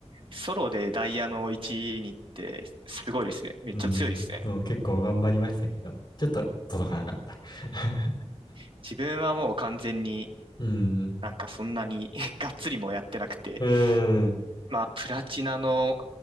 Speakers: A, on the right; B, on the left.
A: ソロでダイヤの1にってすごいですね。めっちゃ強いですね。
B: うん、そう、結構頑張りましたけど、ちょっと届かなかった。<laughs>
A: うん自分はもう完全に
B: うん、
A: なんかそんなに <laughs> がっつりもやってなくて、
B: うん、
A: まあ、プラチナの